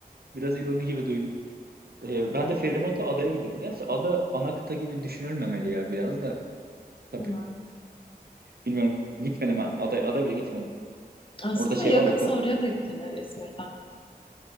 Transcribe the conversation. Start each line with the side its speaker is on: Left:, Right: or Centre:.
Right: biraz ironi gibi duydum. E, ben de feribotla adaya giderim. Gerçi ada ana kıta gibi düşünülmemeli ya biraz da. Tabii.
Left: Hmm.
Right: Bilmiyorum gitmedim ben. Aday, aday bile gitmedim.
Left: Aslında
Right: Orada şey
Left: yakınsa
Right: var ya kap
Left: oraya da gidilir İzmir'den.